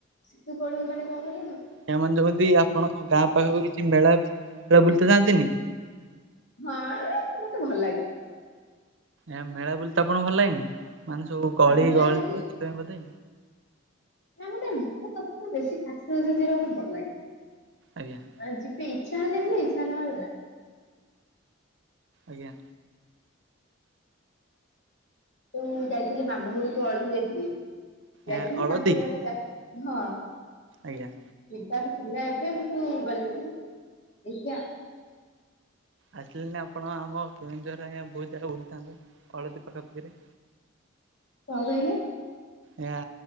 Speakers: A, on the left; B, on the right.
A: ସେତେବେଳେ ମାନେ କଣ କହିଲୁ।
B: ସେମାନେ ଯଉଛନ୍ତି ଆପଣଙ୍କ ଗାଁ ପାଖକୁ କିଛି ମେଳା ବୁଲିତେ ଯାଆ ନ୍ତିନି?
A: ହଁ ମତେ ଭଲ ଲାଗେ।
B: ଏ ମେଳା ବୁଲିତେ ଆପଣ ଭଲ ଲାଗେନି ମାନେ ସବୁ ଗଳି
A: ଭଲ ଲାଗେ
B: ଗହଳିଥିବ
A: ଯେ
B: ସେଥିପାଇଁ ବୋଧେ।
A: <unintelligible>
B: ଆଜ୍ଞା।
A: ମାନେ ଯିବି ଇଚ୍ଛା ହେଲେ ଇଚ୍ଛା ନହଲା।
B: ଆଜ୍ଞା।
A: ତ ଯାଇଥିଲି ମାମୁଁ ଘରକୁ ଅଳଦି ଯାଇଥିଲି ଯାଇଥିଲି
B: ଏ ହଳଦୀ
A: ତାଙ୍କୁ ଗାଁ ରେ ହଁ।
B: ଆଜ୍ଞା।
A: ତାର ପିଲଥିଲା ଏବେ ମୁଁ ତୁ ଗଲିନି ଦେଖିିବା।
B: ଆସିଲେ ନାି ଆପଣ ଆମ କେଉଁଝରର ଆା ବହୁତ ଜାଗା ବୁଲିଥାନ୍ତେ ହଳଦୀ ପାଖାପାଖିରେ।
A: କଣ କହିଲେ?
B: ଏ ଆ